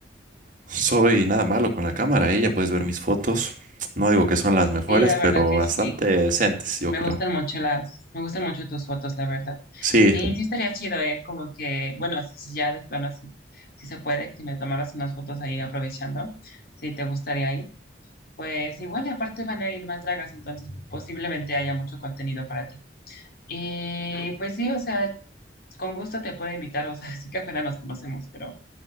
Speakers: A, on the right; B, on the left.
A: soy nada malo con la cámara. Ella puedes ver mis fotos. No digo que son las mejores,
B: Sí, la
A: pero
B: verdad que
A: bastante
B: sí.
A: decentes, yo
B: Me
A: creo.
B: gustan mucho las, me gustan mucho tus fotos, la verdad.
A: Sí,
B: Y sí estaría chido, ¿eh? Como que, bueno, si si ya de plano, sí, si se puede, que me tomaras unas fotos ahí aprovechando, si te gustaría ir. Pues igual, y aparte van a ir más dragas, entonces posiblemente haya mucho contenido para ti. Y pues sí, o sea, con gusto te puedo invitar, o sea, <laughs> sí que apenas nos conocemos, pero